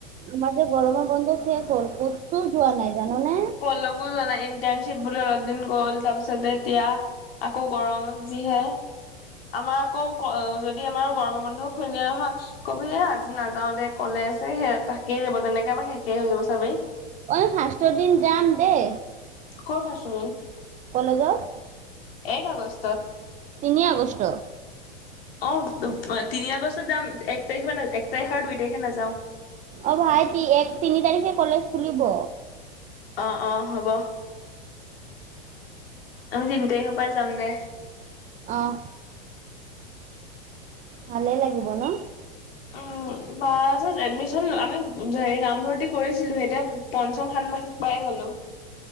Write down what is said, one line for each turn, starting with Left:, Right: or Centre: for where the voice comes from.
Right: আমাৰ যে গৰমৰ বন্ধ থিয় ক'ল কতু যোৱা নাই জানো নাই।
Left: কলো গলো যোৱা নাই ইণ্টাৰ্ণশ্বিপ বুলি অলপ দিন গ'ল তাৰপিছতে এতিয়া আকৌ গৰমত যিহে আমাৰ আকৌ যদি আমাৰ গৰম বন্ধ খুলিলে নহয়। কবি আজি নাযাও দে কলে যে ত থাকেইে যাব তেনেকে আমাৰ শেষেই হৈ যাব চাবি
Right: ঐ, ফাৰ্ষ্টৰ দিন যাম দেই।
Left: ক'ৰ ফাৰ্ষ্টৰ দিন?
Right: ক'লেজৰ।
Left: এক আগষ্টত।
Right: তিনি আগষ্ট।
Left: অহ, তিনি আগষ্টত যাম, এক তাৰিখৰ পৰা, এক তাৰিখ আৰু দুই তাৰিখে নাযাওঁ।
Right: অ', ভাইতি, এক তিনি তাৰিখে কলেজ খুলিব।
Left: অ', অ', হ'ব। আমি তিনি তাৰিখৰ পৰা যাম দে।
Right: অহ। ভালেই লাগিব ন'।
Left: উম, বা এডমিচন আমি হেৰি নামভৰ্তি কৰিছিলোহে, এতিয়া পঞ্চম সন্মাসিক পাই গ'লো।